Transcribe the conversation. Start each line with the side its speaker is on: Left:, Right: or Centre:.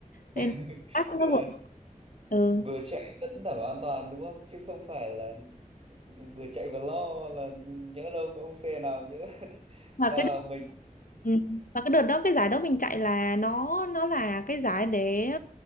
Left: nên
Right: <laughs>
Left: là nó
Right: tức là
Left: vượt ừ
Right: vừa chạy vẫn đảm bảo an toàn đúng không chứ không phải là vừa chạy vừa lo là nhỡ đâu có ông xe nào nhỡ <laughs>
Left: và
Right: vào
Left: cái
Right: mình
Left: ừ, mà cái đợt đó cái giải đó mình chạy là nó nó là cái giải để